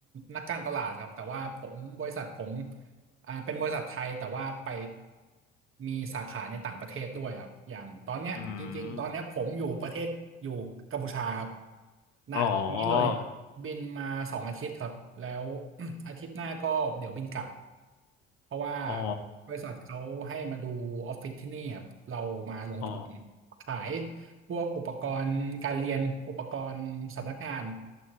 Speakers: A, on the right; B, on the left.
A: นักการตลาดครับแต่ว่าผมบริษัทผมอ่าเป็นบริษัทไทยแต่ว่าไปมีสาขาในต่างประเทศด้วยครับอย่างตอนเนี้ยจริงๆตอนเนี้ยผมอยู่ประเทศอยู่กัมพูชาครับ
B: อืม
A: ณนี้เลย
B: อ๋อ
A: บินมาสองอาทิตย์ครับแล้ว <clears throat> อาทิตย์หน้าก็เดี๋ยวบินกลับเพราะว่า
B: อ๋อ
A: บริษัทเขาให้มาดูออฟฟิศที่นี่ครับเรามาลงทุน
B: อ๋อ
A: ขายพวกอุปกรณ์การเรียนอุปกรณ์สำนักงาน